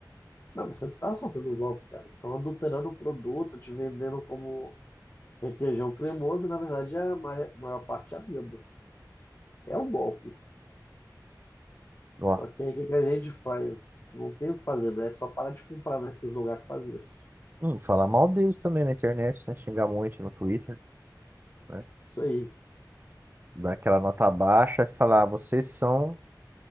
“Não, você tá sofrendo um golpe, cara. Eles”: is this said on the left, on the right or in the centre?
Left